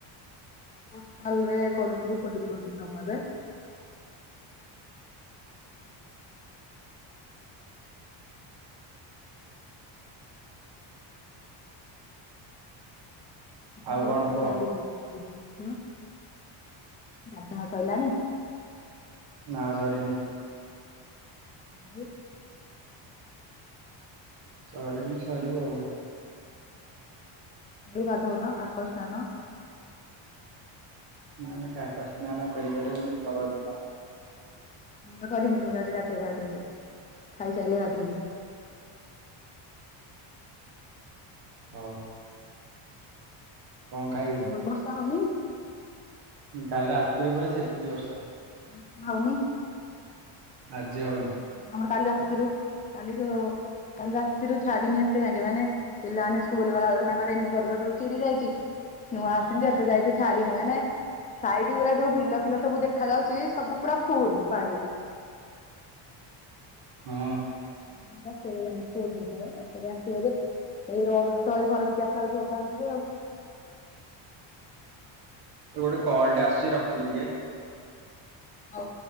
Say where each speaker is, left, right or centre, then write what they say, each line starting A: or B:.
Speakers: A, on the left (about 15°); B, on the right (about 50°).
A: ପୋଷ୍ଟାଲ ରେ କରୁଛି ଡିପୋଜିଟ୍ କରୁଚି ବା ଏବେ।
B: ଆଉ
A: ମୁଁ
B: କଣ
A: ଏଇନା
B: କୁହ
A: ସାରି ଦେଇକି ଜିବି ଆଁ ଗାଧା ସଇଲାଣି।
B: ନା ସରିନି।
A: <unintelligible>
B: ସରିନି ସରିବ ଆଉ।
A: ଜଲଦି ଗାଧଉନ କାକ ସ୍ନାନ।
B: ନା ଆମେ କାକ ସ୍ନାନ କରିପାରିବୁନି <unintelligible>
A: ମୁଁ ତ କରିନି ମୁଁ ତ ଆଜି ଗାଧୋଇବି ଗଧୋଇ ଗଲେ ଖାଇସାରିଲେ ଗାଧୋଇବି।
B: ହଉ। କଣ ଖାଇବୁ
A: ହ ବର୍ଷା ହଉନି।
B: କାଲି ରାତିରେ ପୁରା ଛେଚିଛି ବର୍ଷା।
A: ବର୍ଷା ହଉନି।
B: ଆଜି ହଉନି।
A: ଆମର କାଲି ରାତିରୁ କାଲି ଯୋଉ କାଲି ରାତିରୁ ଛାଡିନି ଏତେ ଯାତେ ଯାକେ ମାନେ ପିଲାମାନେ ସ୍କୁଲ ଗଲା ବେଳକୁ ତାଙ୍କ ରେନିକୋର୍ଟ ତ ସବୁ ଚିରି ଯାଇଛି। ନୂଆ ଆସିିଥିଲି ଯେ ଏବେ ଯାଏ ବି ଛାଡ଼ିିନି ମାନେ ସାଇଡ ଗୁରା ଯୋଉ ବିଲଫିଲ ସବୁ ଦେଖା ଯାଉଛି ସବୁ ପୁରା ଫୁଲ ପାଣି।
B: ହଁ।
A: <unintelligible> ଅଟରେ ଆସିବ ଯେ ଏଇ ରୋଡରୁ ତ ଏଇ ଘର ଟିକି ଆସିଲା ବେଳକୁ ଓଦା ହେଇଥିବ ଆଉ।
B: ଗୋଟେ କଲ ଟା ଆସୁଛି ରଖୁଛି ଟିକେ।
A: ହଉ।